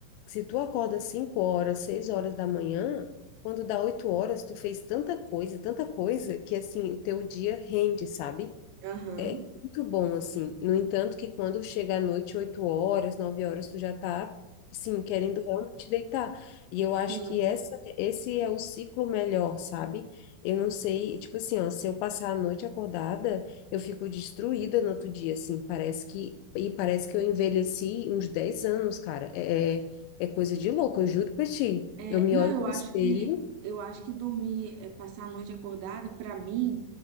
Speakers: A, on the left; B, on the right.
A: se tu acorda 5 horas, 6 horas da manhã, quando dá 8 horas, tu fez tanta coisa, tanta coisa, que assim, o teu dia rende, sabe?
B: aham,
A: muito bom, assim. No entanto, que quando chega à noite, 8 horas, 9 horas, tu já tá, assim, querendo realmente deitar. E eu acho
B: sim.
A: que essa, esse é o ciclo melhor, sabe? Eu não sei, tipo assim, ó, se eu passar a noite acordada, eu fico destruída no outro dia, assim, parece que, e parece que eu envelheci uns 10 anos, cara. É, é é coisa de louco, eu juro pra ti.
B: É,
A: Eu me
B: não,
A: olho
B: eu
A: no
B: acho
A: espelho,
B: que eu acho que dormir, é, passar a noite acordada, pra mim,